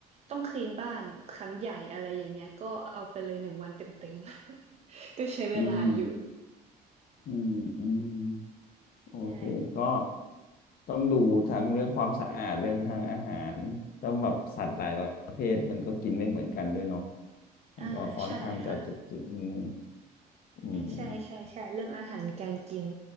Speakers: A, on the right; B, on the left.
A: ต้องคลีนบ้านครั้งใหญ่อะไรอย่างเงี้ยก็เอาไปเลยหนึ่งวันเต็มๆ <laughs> ก็ใช้เวลาอยู่
B: อืมอืมอืมโอเคก็
A: ใช่
B: ต้องดูทั้งเรื่องความสะอาดเรื่องทางอาหารต้องแบบสัตว์หลายประเภทมันก็กินไม่เหมือนกันด้วยเนาะมันก็ค่อนข้างจะจุกจิกอืม
A: อ่าใช่ค่ะ
B: อืม
A: ใช่ใช่ใช่ เรื่องอาหารการกิน